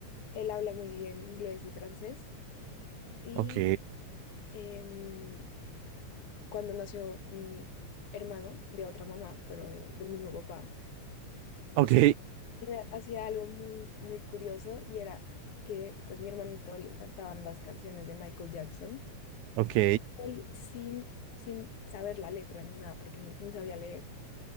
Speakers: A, on the left (about 80°); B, on the right (about 80°).
A: él habla muy bien inglés y francés y...
B: Ok,
A: em, cuando nació mi hermano de otra mamá, pero de- del mismo papá,
B: ok,
A: se hacía algo muy, muy curioso y era que pues mi hermanito le encantaban las canciones de Michael Jackson.
B: <laughs> ok.
A: Él sin, sin saber la letra ni nada, porque ni, ni sabía leer,